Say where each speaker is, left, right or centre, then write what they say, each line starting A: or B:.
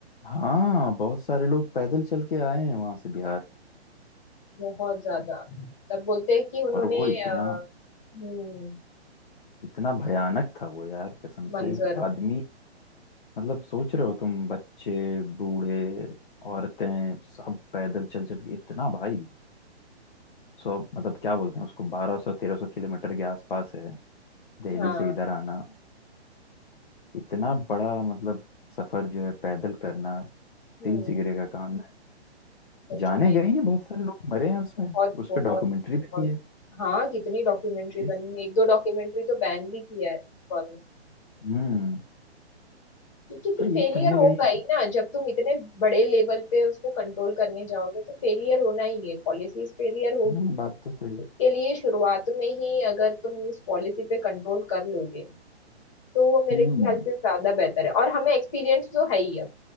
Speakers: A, on the left; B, on the left.
A: हाँ बहुत सारे लोग पैदल चल के आए हैं वहां से बिहार
B: बहुत ज्यादा तब बोलते हैं कि उन्होंने
A: और वो इतना
B: अ, हम्म
A: इतना भयानक था वो यार कसम से
B: मंजर
A: आदमी मतलब सोच रहे हो तुम बच्चे बूढ़े औरतें सब पैदल चल चल के इतना भाई सौ मतलब क्या बोलते हैं उसको बारह सौ तेरह सौ किलोमीटर के आसपास है दिल्ली
B: हाँ
A: से इधर आना इतना बड़ा मतलब सफर जो है पैदल करना
B: हम्म
A: दिल जिगरे का काम है
B: सच
A: जाने
B: में
A: गए हैं बहुत सारे लोग मरे हैं उसमें
B: बहुत
A: उस
B: बहुत
A: पर डॉक्यूमेंट्री
B: बहुत
A: बनी है
B: हाँ कितनी डॉक्यूमेंट्री
A: यस
B: बनी है एक दो डॉक्यूमेंट्री तो बैन भी किया है गवर्नमेंट
A: हम्म
B: क्योंकि फिर
A: तो ये
B: फेलियर
A: कहीं ना
B: होगा
A: कहीं
B: ही ना जब तुम इतने बड़े लेवल पे उसको कंट्रोल करने जाओगे तो फेलियर होना ही है पॉलिसीज फेलियर होगी
A: हाँ, बात तो सही
B: इसके लिए शुरुआत में ही अगर तुम इस पॉलिसी पे कंट्रोल कर लोगे तो वो मेरे
A: हम्म
B: ख्याल से ज्यादा बेहतर है और हमें एक्सपीरियंस तो है ही अब